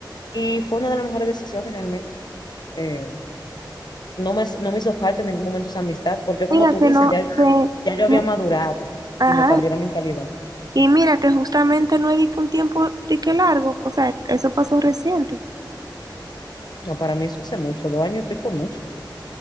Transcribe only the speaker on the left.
Y fue una de las mejores decisiones realmente. Eh, no me, no me hizo falta en ningún momento esa amistad, porque como
tú
dices,
ya,
ya yo había
madurado
y me cambió la mentalidad.
No, para mí eso hace mucho, dos años y pico es mucho.